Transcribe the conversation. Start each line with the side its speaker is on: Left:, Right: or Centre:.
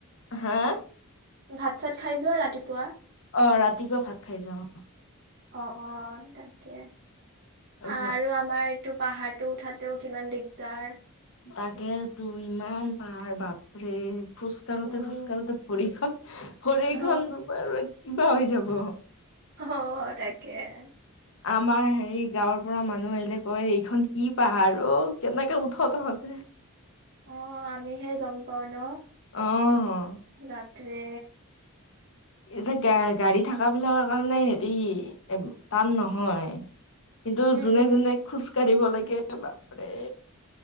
Left: হা
Right: ভাত চাত খাই যোৱা ৰাতিপুৱা?
Left: অ', ৰাতিপোৱা ভাত খাই যাওঁ অ,
Right: অ', অ, তাকে
Left: উম
Right: আৰু আমাৰ টো পাহাৰতটো উঠাতেও কিমান দিগদাৰ
Left: তাকে তো ইমান পাহাৰ বাপৰে খোজকাঢ়োতে
Right: উম
Left: খোজকাঢ়োতে ভৰিখন ভৰিখন
Right: অ
Left: ৰব আৰু কিবা হৈ যাব।
Right: অ', তাকেই
Left: আমাৰ হেৰি গাঁৱৰ পৰা মানুহ আহিলে কয়। এইখন কি পাহাৰ অ, কেনেকে উঠ তহঁতে
Right: অ', আমিহে গম পাও ন
Left: অ',
Right: তাকে হে
Left: এতিয়া গা গাড়ী থাকাবিলাকৰ কাৰণে হেৰি এ টান নহয় কিন্তু
Right: উম
Left: যোনে
Right: উম
Left: যোনে খোজ কাঢ়িব লাগে বাপৰে।